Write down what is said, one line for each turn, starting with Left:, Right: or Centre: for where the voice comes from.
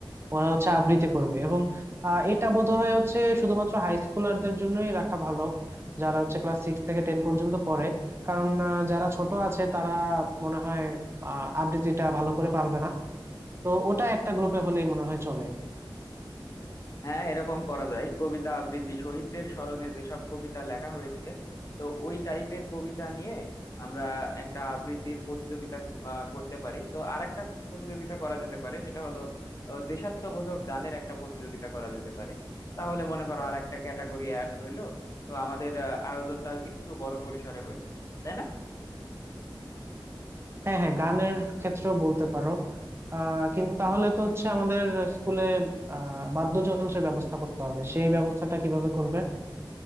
Right: ওরা হচ্ছে আবৃত্তি করবে এবং আহ, এটা বোধহয় হচ্ছে শুধুমাত্র হাই স্কুলারদের জন্যই রাখা ভালো যারা হচ্ছে ক্লাস সিক্স থেকে টেন পর্যন্ত পড়ে কারণ আহ, যারা ছোট আছে তারা মনে হয় আহ, আবৃত্তিটা ভালো করে পারবে না তো ওটা একটা গ্রুপে হলেই মনে হয় চলে
Left: হ্যাঁ এরকম করা যায় কবিতা আবৃত্তি শহীদদের স্মরণে যেসব কবিতা লেখা হয়েছে তো ওই টাইপের কবিতা নিয়ে আমরা একটা আবৃত্তির প্রতিযোগিতা আহ, করতে পারি তো আরেকটা প্রতিযোগিতা করা যেতে পারে সেটা হলো আহ, দেশাত্মবোধক গানের একটা প্রতিযোগিতা করা যেতে পারে তাহলে মনে করো আর একটা ক্যাটাগরি অ্যাড হইলো তো আমাদের আহ, আয়োজনটা একটু বড় পরিসরে হইলো তাই না
Right: হ্যাঁ হ্যাঁ গানের ক্ষেত্রেও বলতে পারো আহ কিন্তু তাহলে তো হচ্ছে আমাদের স্কুলে আহ বাদ্যযন্ত্রের ব্যবস্থা করতে হবে সেই ব্যবস্থাটা কিভাবে করবে